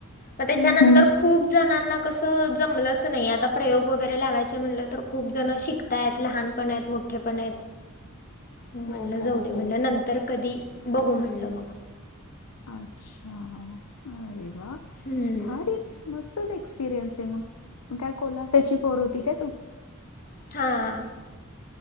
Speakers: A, on the left; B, on the left.
A: मग त्याच्यानंतर
B: हम्म हम्म.
A: खूप जणांना कसं जमलंच नाही आता प्रयोग वगैरे लावायचे म्हटलं तर खूप जण शिकताय आहेत लहानपण आहेत मोठे पण आहेत. म्हटलं
B: हो हो
A: जाऊ दे म्हणलं
B: हो
A: नंतर कधी बघू म्हणलं मग
B: अच्छा, अरे वा!
A: हम्म.
B: भारीच मस्तच एक्सपिरियन्स आहे मग मग काय कोल्हाट्याची पोर होती काय तू?
A: हा